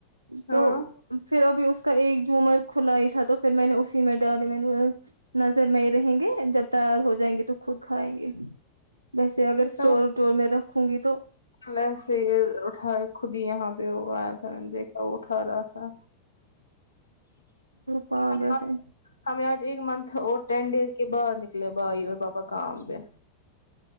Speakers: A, on the left (about 80°); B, on the right (about 85°).
A: ہاں
B: تو پھر ابھی اس کا ایک جومر کھلا ہی تھا تو پھر میں نے اسی میں ڈالی میں نے وہ نظر میں رہیں گے جب تیار ہو جائیں گے تو خود کھائیں گے ویسے اگر
A: اس
B: اسٹور
A: نے وہ
B: وٹور میں رکھوں گی تو
A: ل سے یہ اٹھایا <unintelligible> خود ہی یہاں پہ وہ آیا تھا میں نے دیکھا وہ کھا رہا تھا
B: پاگل
A: آ
B: ہے
A: <inaudible> ہمیں آج ایک منتھ اور ٹین ڈیز کے بعد نکلے بھائی اور پاپا کام پہ